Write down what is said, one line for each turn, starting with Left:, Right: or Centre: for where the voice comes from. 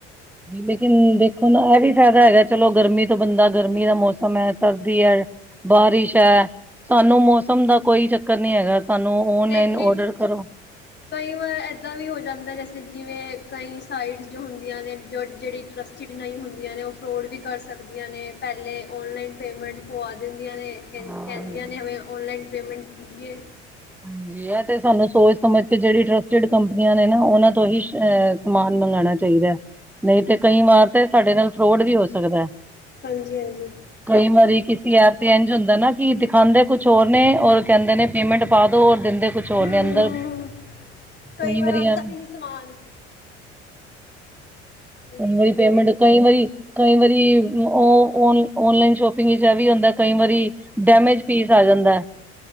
Centre: ਲੇਕਿਨ ਦੇਖੋ ਨਾ ਇਹ ਵੀ ਫਾਇਦਾ ਹੈਗਾ ਚਲੋ ਗਰਮੀ ਤੋਂ ਬੰਦਾ ਗਰਮੀ ਦਾ ਮੌਸਮ ਮੌਸਮ ਹੈ ਸਰਦੀ ਹੈ ਬਾਰਿਸ਼ ਹੈ। ਸਾਨੂੰ ਮੌਸਮ ਦਾ ਕੋਈ ਚੱਕਰ ਨੀ ਹੈਗਾ ਸਾਨੂੰ ਓਨਲਾਈਨ
Left: ਲੇਕਿਨ
Centre: ਔਡਰ ਕਰੋ
Left: ਕਈ ਵਾਰ ਏਦਾਂ ਵੀ ਹੋ ਜਾਂਦਾ ਜੈਸੇ ਜਿਵੇਂ ਕਈ ਸਾਈਟਸ ਜੋ ਹੁੰਦੀਆਂ ਨੇ ਜੋ ਜਿਹੜੀ ਹੁੰਦੀਆਂ ਨੇ ਉਹ ਫਰੋਡ ਵੀ ਕਰ ਸਕਦੀਆਂ ਨੇ ਪਹਿਲੇ ਔਨਲਾਈਨ ਪੇਮੈਂਟ ਪਵਾ ਦਿੰਦੀਆਂ ਨੇ ਕਹਿੰਦੀਆਂ
Centre: ਹਾਂਜੀ
Left: ਨੇ ਹਮੇ ਔਨਲਾਈਨ ਪੇਮੈਂਟ ਕੀ ਜੀਏ।
Centre: ਹਾਂਜੀ। 'ਤੇ ਸਾਨੂੰ ਸੋਚ ਸਮਝ ਕੇ ਜੇੜੀ ਟਰਸਟਡ ਕੰਪਨੀਆਂ ਨੇ ਨਾ ਉਨਾਂ ਤੋਂ ਹੀ ਅ ਸਮਾਨ ਮੰਗਾਣਾ ਚਾਈਦੈ। ਨਈ 'ਤੇ ਕਈ ਵਾਰ 'ਤੇ ਸਾਡੇ ਨਾਲ ਫਰੋਡ ਵੀ ਹੋ ਸਕਦਾ ਐ।
Left: ਹਾਂਜੀ-ਹਾਂਜੀ।
Centre: ਕਈ ਵਾਰੀ ਕਿਸੀ ਐਪ ਤੇ ਇੰਝ ਹੁੰਦਾ ਨਾ ਕਿ ਦਿਖਾਦੇ ਕੁਛ ਹੋਰ ਨੇ ਔਰ ਕੈਂਦੇ ਨੇ ਪੇਮੈਂਟ ਦੋਰ ਦਿੰਦੇ ਕੁਛ ਔਰ
Left: ਹਮ
Centre: ਨੇ ਅੰਦਰ,
Left: ਹਮ
Centre: ਕਈ
Left: ਵਾਰ
Centre: ਵਾਰੀ
Left: ਆਉਂਦਾ
Centre: ਹਾਂਜੀ,
Left: ਵੀ ਨਹੀਂ ਸਮਾਨ ਹਾਂਜੀ
Centre: ਕਈ ਵਾਰੀ ਪੇਮੈਂਟ,
Left: ਹਾਂਜੀ
Centre: ਕਈ ਵਾਰੀ ਕਈ ਵਾਰੀ ਓ ਓਨ ਔਨਲਾਈਨ ਸ਼ੋਪਿੰਗ ਵਿੱਚ ਐ ਵੀ ਹੁੰਦਾ ਕਈ ਵਾਰੀ ਡੈਮੇਜ ਪੀਸ ਆ ਜਾਂਦਾ ਐ,